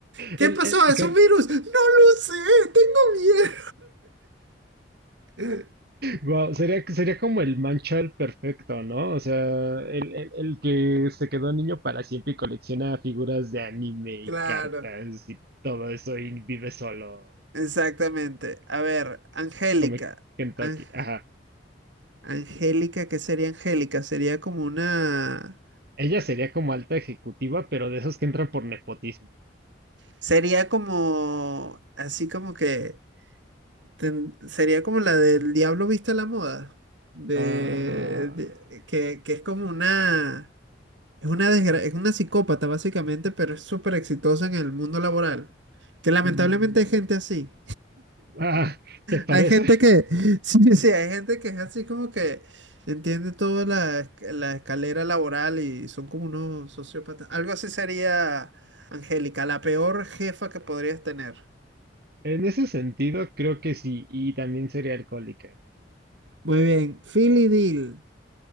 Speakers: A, on the right; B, on the right.
A: ¿Qué
B: El,
A: pasó?
B: el-
A: ¿Es
B: Car-
A: un virus? No lo sé, tengo miedo.
B: Wow, sería, sería como el Manchal perfecto, ¿no? O sea, el, el- el que se quedó niño para siempre y colecciona figuras de anime
A: <laughs>
B: y
A: Claro.
B: cartas y todo eso y vive solo,
A: Exactamente. A ver, Angélica.
B: come Kentucky.
A: Ang-
B: Ajá.
A: Angélica, ¿qué sería Angélica? Sería como una...
B: Ella sería como alta ejecutiva, pero de esos que entran por nepotismo.
A: Sería como... Así como que... ten- Sería como la del Diablo viste a la moda. De...
B: Ah,
A: de- Que, que es como una... Es una desgra- es una psicópata básicamente, pero es súper exitosa en el mundo laboral. Que lamentablemente
B: mm,
A: hay gente así.
B: ah, ¿te parece?
A: Hay gente que, <laughs> sí, sí, hay gente que es así como que entiende toda la, esc- la escalera laboral y son como unos sociópatas. Algo así sería, Angélica, la peor jefa que podrías tener.
B: En ese sentido, creo que sí, y también sería alcohólica.
A: Muy bien, Phil y Dil